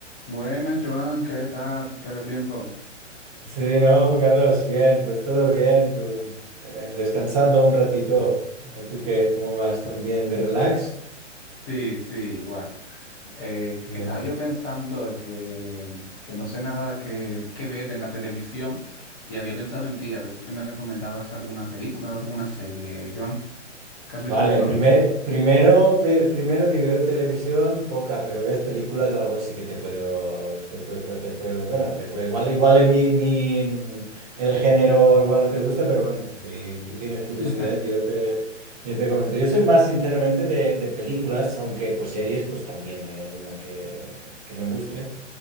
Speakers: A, on the left (about 20°); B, on the right (about 30°).
A: Buenas, Joan, ¿qué tal? ¿Qué de tiempo?
B: Sí, no, Carlos, bien, pues todo bien, tú eh, descansando un ratito. Eh, ¿tú qué? ¿Cómo vas? ¿También de relax?
A: Sí, sí, igual. Eh,
B: Eh,
A: que estaba yo pensando que, que no sé nada que, que ver en la televisión y había pensado en ti, a ver si que me recomendabas alguna película o alguna serie, Joan. ¿Qué has visto
B: vale,
A: últimamente?
B: primer, primero, pe- primero si veo televisión, poca, pero ves películas, algo sí que te puedo, te puedo, te puedo, bueno, te puedo, igual, igual en mi, mi- el género igual no te gusta, pero bueno, si si tienes
A: <laughs>
B: curiosidad, yo te, yo te comento. Yo soy más, sinceramente, de, de películas, aunque pues series, pues también hay alguna que, que me guste.